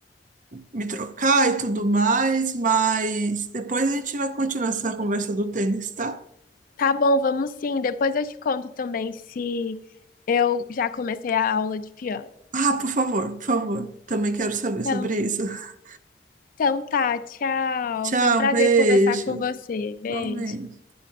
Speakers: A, on the right; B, on the left.
A: me trocar e tudo mais, mas depois a gente vai continuar essa conversa do tênis, tá?
B: Tá bom, vamos sim. Depois eu te conto também se eu já comecei a aula de piano.
A: Ah, por favor, por favor. Também quero saber
B: Então,
A: sobre isso. <laughs>
B: então tá, tchau.
A: Tchau,
B: Foi um prazer
A: beijo.
B: conversar com você. Beijo.
A: Igualmente.